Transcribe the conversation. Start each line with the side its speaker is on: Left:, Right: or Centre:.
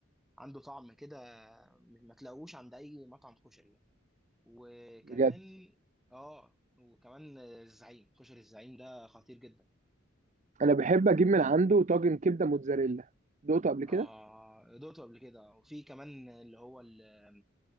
Centre: عنده طعم كده ما تلاقوش عند اي مطعم كشري يعني وكمان
Right: بجد
Centre: اه وكمان آه، الزعيم كشري الزعيم ده خطير جدا
Right: انا بحب اجيب من عنده طاجن كبده موتزاريلا دقته قبل كده
Centre: اه دوقته قبل كده وفي كمان اللي هو ال-